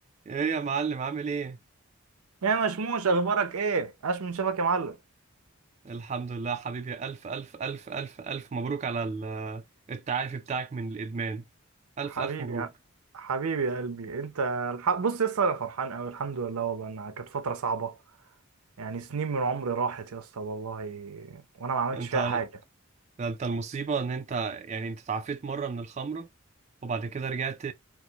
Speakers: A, on the right; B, on the right.
A: ايه يا معلم عامل ايه؟
B: يا مشموش اخبارك ايه عاش من شافك يا معلم
A: الحمد لله حبيبي ألف ألف ألف ألف ألف مبروك على ال- التعافي بتاعك من الإدمان ألف
B: حبيبي
A: ألف مبروك
B: يا حبيبي يا قلبي انت الح... بص يا اسطى انا فرحان قوي الحمد لله والله انها كانت فتره صعبه يعني سنين من عمري راحت يا اسطى والله وانا ما عملتش
A: انت
B: فيها حاجه
A: انت المصيبة ان انت يعني انت تعافيت مرة من الخمرة وبعد كده رجعت